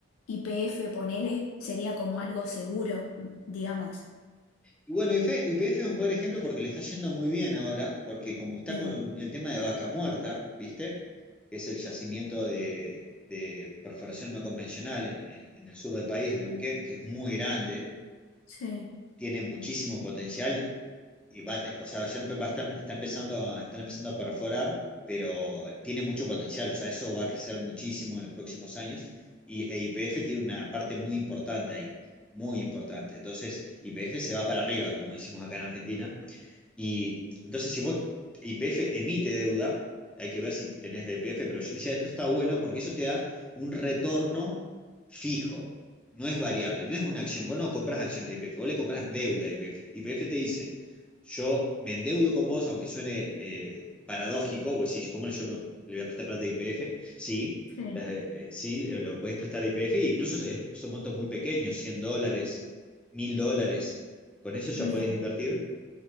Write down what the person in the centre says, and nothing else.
Y bueno, YPF es un buen ejemplo porque le está yendo muy bien ahora, porque como está
con el tema de Vaca Muerta, ¿viste? Que es el yacimiento de, de perforación no convencional en, en el sur del país, en Neuquén, que es muy grande,
tiene muchísimo potencial y va a te- o sea, ya empe- va a estar- está empezando a, están empezando a perforar, pero tiene mucho potencial, o sea, eso va a crecer muchísimo en los próximos años y e YPF tiene una parte muy importante ahí, muy importante. Entonces, YPF se va para arriba, como decimos acá en Argentina, y entonces, si vos, YPF emite deuda, hay que ver si tenés de YPF, pero yo te decía, esto está bueno porque eso te da un retorno fijo, no es variable, no es una acción. Vos no compras acciones de YPF, vos le compras deuda a YPF. YPF te dice, yo me endeudo con vos, aunque suene eh, paradójico, vos decís, ¿cómo yo me- le voy a prestar plata a YPF? Sí,
la- eh, sí, lo puedes prestar a YPF, e incluso son montos muy pequeños, 100 dólares, 1000 dólares. Con eso ya
podés invertir